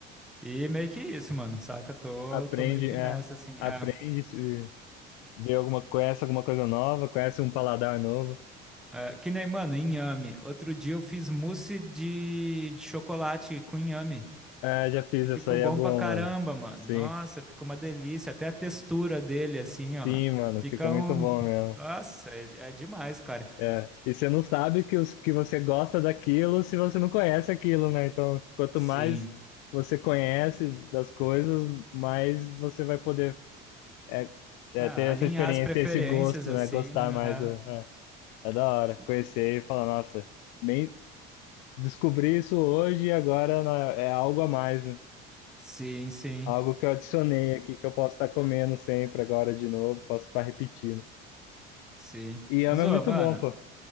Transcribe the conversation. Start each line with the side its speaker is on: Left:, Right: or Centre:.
Centre: E meio que isso, mano, saca? Tô,
Left: Aprende,
Centre: tô meio que
Left: é,
Centre: nessa, assim,
Left: aprende,
Centre: é.
Left: se- vê alguma, conhece alguma coisa nova, conhece um paladar novo.
Centre: É, que nem, mano, inhame. Outro dia eu fiz mousse de de chocolate com inhame.
Left: É, já fiz
Centre: E ficou
Left: essa aí,
Centre: bom
Left: é bom,
Centre: pra caramba,
Left: mano.
Centre: mano.
Left: Sim.
Centre: Nossa, ficou uma delícia. Até a textura dele, assim, ó.
Left: Sim, mano,
Centre: Fica
Left: fica muito
Centre: um.
Left: bom mesmo.
Centre: Nossa, é, é demais, cara.
Left: É. E você não sabe que, os, que você gosta daquilo se você não conhece aquilo, né? Então, quanto
Centre: Sim.
Left: mais você conhece das coisas, mais você vai poder é, é,
Centre: Ah,
Left: ter
Centre: alinhar
Left: essa experiência,
Centre: as preferências,
Left: ter esse gosto,
Centre: assim,
Left: né? Gostar
Centre: né?
Left: mais. do- É, é da hora.
Centre: É.
Left: Conhecer e falar, nossa, nem descobri isso hoje e agora né, é algo a mais, né?
Centre: Sim, sim,
Left: Algo que eu adicionei aqui, que eu posso estar comendo sempre agora de novo, posso estar repetindo.
Centre: sim.
Left: E
Centre: Mas,
Left: ama
Centre: ô,
Left: é muito
Centre: mano.
Left: bom, pô.